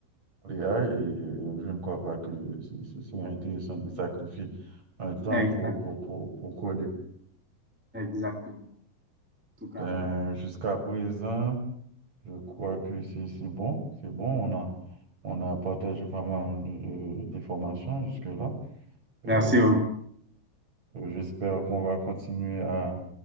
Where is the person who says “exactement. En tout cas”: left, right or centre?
Centre